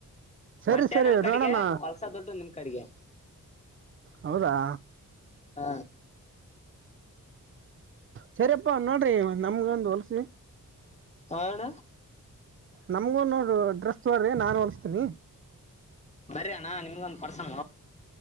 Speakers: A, on the right (about 40°); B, on the left (about 20°).
A: ಸರಿ
B: ಬಟ್ಟೆ
A: ಸರಿ
B: ನಮ್
A: ನೋಡೋಣ
B: ಕಡೆಗೆ ಹೊಲ್ಸ ದುಡ್ಡು ನಿಮ್ ಕಡೆಗೆ
A: ಹೌದಾ
B: ಹ
A: ಸರಿಪ್ಪಾ ನೋಡ್ರಿ ನಮಗ ಒಂದ ಹೋಲ್ಸಿ
B: ಹಣ್ಣ
A: ನಮ್ಗು ನೋ ಡ್ರೆಸ್ ನೋಡ್ರಿ ನಾನು ಹೋಲ್ಸ್ತೀನಿ
B: ಬರ್ರಿ ಅಣ್ಣ ನಿಮ್ಗೊಂದ್ ಕೊಡ್ಸಮ